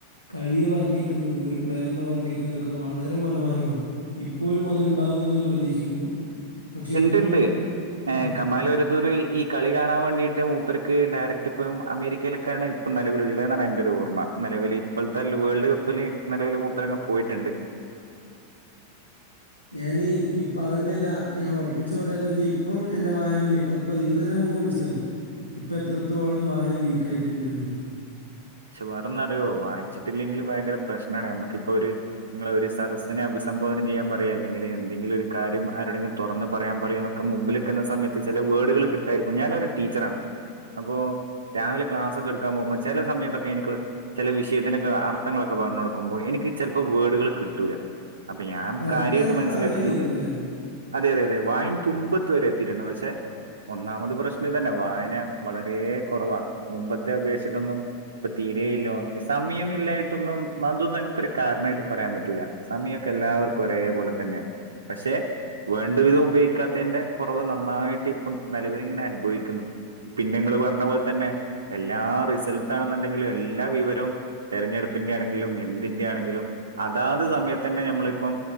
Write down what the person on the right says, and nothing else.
ഉണ്ട്ണ്ട്
ഏ
കമാല വരദൂർ ഈ കളി കാണാൻ വേണ്ടിയിട്ട് മൂപ്പേർക്ക് ഡയറക്റ്റ് ഇപ്പം അമേരിക്കയിലൊക്ക കാരണം ഇപ്പ നിലവിലുള്ളത് എന്നാണ് എൻ്റെ ഒരു ഓർമ്മ നിലവില് ഇപ്പോഴത്തെ വേൾഡ് കപ്പില് നിലവില് മൂപ്പരങ്ങ് പോയിട്ടുണ്ട്
പക്ഷെ വേറെൊന്ന അറിയോ വായിച്ചിട്ടില്ലെങ്കിൽ ഭയങ്കര പ്രശ്നണ് നമ്മുക്കിപ്പോ ഒരു നിങ്ങള് ഒരു സദസ്സിനെ അഭിസ് സംബോധന ചെയ്യാൻ പറയുക ണ്ടെകിലു എന്തെങ്കിലും ഒരു കാര്യം ആരോടെങ്കിലും തുറന്ന് പറയാൻ പറയുക എന്നക്കെ മുമ്പിലിക്കുന്ന സമയ ചില വേർഡുകൾ കിട്ടരിക്കും ഞാന് ഒരു ടീച്ചറാണ് അപ്പോ രാവിലെ ക്ലാസ്സൊക്കെ എടുക്കാൻ പോകുമ്പോൾ ചില സമയത്തൊ എനിക്ക് ചില വിഷയത്തിനൊക്കെ അർത്ഥങ്ങളൊക്കെ പറഞ്ഞു കൊടുക്കുമ്പോൾ എനിക്ക് ചിലപ്പോ വേഡുകൾ കിട്ടൂല അപ്പൊ ഞാൻ
കാര്യമായിട്ട്
മനസ്സിലാക്കുന്നത്
അതെ അതെ അതെ വായിൻ തുമ്പത്ത് വരെ എത്തിയിട്ടുണ്ട് പക്ഷെ ഒന്നാമത് പ്രശ്നം ഇതെന്ന വായന വളരെ കുറവാ മുമ്പത്തെ അപേക്ഷിച്ചിട്ടൊന്നും ഇപ്പൊ തീരെല്ലാ സമയം ഒന്നും ഇല്ലായിട്ടൊന്നും അതൊന്നും എനിക്കൊരു കാരണമായിട്ട് പറയാൻ പറ്റൂല സമയ ക്ക എല്ലാവർക്കും ഒരേപോലെ തന്നെയാ പക്ഷെ വേണ്ട വിധം ഉപയോഗിക്കാത്തതിന്റെ കുറവ് നന്നായിട്ട് ഇപ്പം നിലവിലിങ്ങനെ അനുഭവിക്കുന്നു പിന്നെ നിങ്ങള് പറഞ്ഞ പോലെ തന്നെ എല്ലാ റിസൾട്ടാണെന്നുണ്ടെങ്കിലും എ എല്ലാ വിവരവും തെരഞ്ഞെടുപ്പിന്റെ ആണെങ്കിലും എന്തിന്റെ ആണെങ്കിലും അതാത് സമയത്ത് തന്നെ നമ്മള് ഇപ്പം